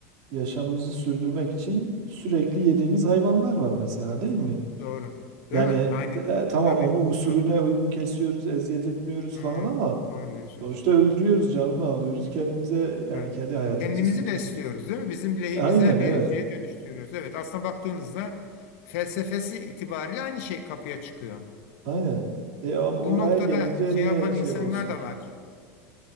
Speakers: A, on the right; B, on the left.
A: yaşamımızı sürdürmek için sürekli yediğimiz hayvanlar var mesela değil mi?
B: doğru.
A: Yani
B: Değil mi? Aynı.
A: e, tamam
B: Tabii
A: onu
B: ki.
A: usulüne
B: Doğru.
A: uygun kesiyoruz, eziyet etmiyoruz
B: Hı,
A: falan ama
B: doğru diyorsunuz.
A: sonuçta öldürüyoruz, canını alıyoruz. Kendimize yani
B: Evet.
A: kendi hayatımızı
B: Kendimizi
A: sürdürüyoruz.
B: besliyoruz değil mi? Bizim lehimize
A: Aynen evet.
B: bir şeye dönüştürüyoruz. Evet, aslında baktığınızda felsefesi itibariyle aynı şey kapıya çıkıyor.
A: Aynen. E ama
B: Bu
A: oraya
B: noktada
A: gelince
B: şey
A: niye
B: yapan
A: şey
B: insanlar
A: olsun
B: da
A: ki?
B: var.